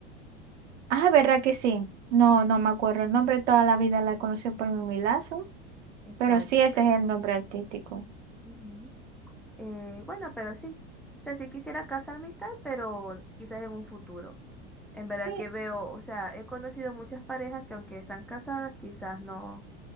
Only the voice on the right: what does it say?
Ah, ¿verdad que sí? No, no me acuerdo el nombre, toda la vida la conocí por mi Milazo,
pero sí ese
es el nombre artístico.
Sí,